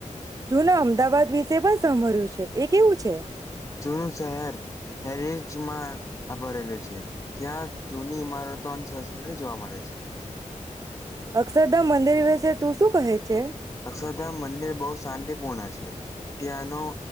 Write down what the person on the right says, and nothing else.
જોને અમદાવાદ વિશે પણ સાંભર્યું છે એ કેવું છે?
અક્ષરધામ મંદિર વિશે તું શું કહે? છે